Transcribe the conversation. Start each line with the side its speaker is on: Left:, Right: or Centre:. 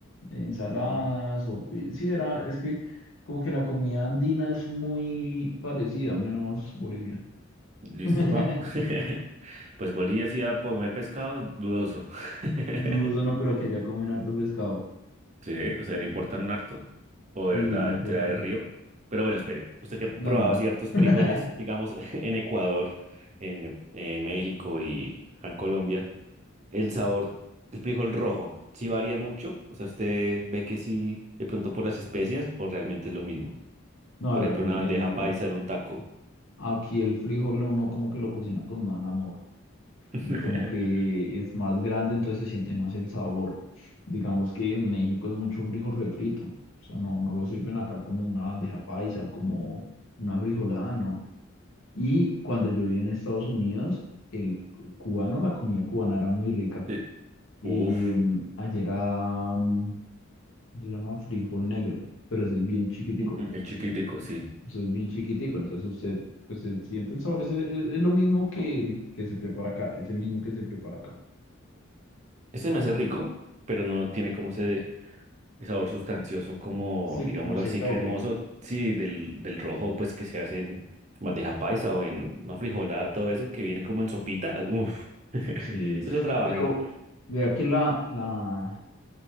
Left: Ensaladas
Right: mm,
Left: o... pi- Sí, era, es que como que la comida andina es muy parecida, menos Bolivia.
Right: Listo.
Left: <laughs>
Right: ah. <laughs> Pues Bolivia sí va a comer pescado, dudoso. <laughs>
Left: Dudoso no, pero que allá comen harto pescado.
Right: Sí, o sea, le importan harto. O
Left: Sí,
Right: de verdad,
Left: no importan.
Right: el trae del río. Pero bueno, espere, usted que
Left: No,
Right: probaba
Left: no, no.
Right: ciertos
Left: <laughs>
Right: frijoles, digamos, <laughs> en Ecuador, en, en México y acá en Colombia, el sabor del frijol rojo, ¿sí varía mucho? O sea, ¿usted ve que sí, de pronto por las especias, o realmente es lo mismo?
Left: No,
Right: Por
Left: el,
Right: ejemplo,
Left: el-
Right: una bandeja
Left: el-
Right: paisa en un taco.
Left: aquí el frijol uno como que lo cocina con más amor
Right: <laughs>
Left: y como que es más grande, entonces se siente más el sabor. Digamos que en México es mucho frijol refrito, o sea, no, no lo sirven acá como una bandeja paisa, como una frijolada, no. Y cuando yo vivía en Estados Unidos, el cubano, la comida cubana era muy rica.
Right: Sí.
Left: Eh,
Right: Uf,
Left: allá era, mm, se llama frijol negro, pero ese es bien chiquitico.
Right: el chiquitico, sí.
Left: eso es bien chiquitico, entonces usted pues, se siente el sabor. ese- Es, es lo mismo que el que se prepara acá, es el mismo que se prepara acá.
Right: Ese me hace rico, pero no tiene como ese el sabor sustancioso, como,
Left: Sí,
Right: digámoslo
Left: como seta
Right: así, cremoso,
Left: o qué.
Right: sí, del, del rojo, pues que se hace en bandeja paisa o en una frijolada, todo eso que viene como en sopita, ah, uf, <laughs> eso
Left: Sí,
Right: es otra vaina.
Left: pero vea que la, la,